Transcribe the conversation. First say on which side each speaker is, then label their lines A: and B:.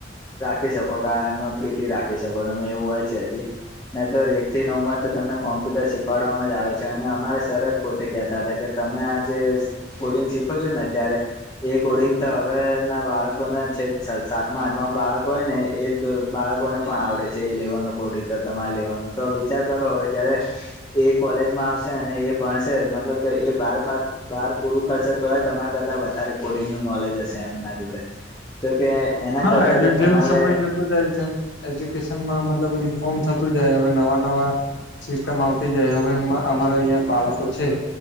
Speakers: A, on the left; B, on the left.
A: રાખી શકો કે એમાં પીટી રાખી શકો તમે એવું હોય છે હજી. ન તો એકથી નવમાં તો તમને કોમ્પ્યુટર શીખવાડવામાં જ આવે છે અને અમારે સર જ પોતે કહેતા હતા કે, તમે આ જે કોડિંગ શીખો છો ને ત્યારે એ કોડિંગ તો હવે ના બાળકોને છે જ સાતમા આઠમા બાળકો હોય ને એ બાળકોને પણ આવડે છે એ લેવલનું કોડિંગ તો તમાર લેવાલનું તો વિચાર કરો હવે જયારે એ કોલેજમાં આવશે અને એ ભણશે મતલબ કે એ બાર પાર બાર પૂરું કરશે તો તમારા કરતાં વધારે કોડિંગનું નોલેજ હશે. એમના જોડે તો કે એના
B: હા
A: કરતા
B: એટલે
A: કે
B: જેમ
A: તમારે
B: સમય જતો જાય જેમ એજ્યુકેશનમાં મતલબ રિફોર્મ થતું જાય, હવે નવા નવા સિસ્ટમ આવતી જાય. હવે અમારા અહં બાળકો છે